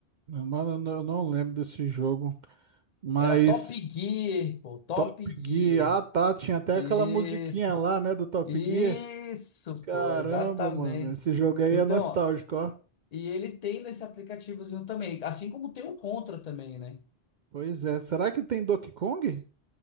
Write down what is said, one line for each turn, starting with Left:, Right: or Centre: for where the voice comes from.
Right: Mano, eu não eu não lembro desse jogo. Mas
Left: Era Top Gear, pô, Top
Right: Top
Left: Gear.
Right: Gear. Ah, tá. Tinha até
Left: Isso,
Right: aquela musiquinha lá, né, do Top
Left: isso,
Right: Gear. Caramba,
Left: pô, exatamente.
Right: mano. Esse jogo aí
Left: Então,
Right: é nostálgico, ó.
Left: e ele tem nesse aplicativozinho também, assim como tem o Contra também, né?
Right: Pois é. Será que tem Donkey Kong?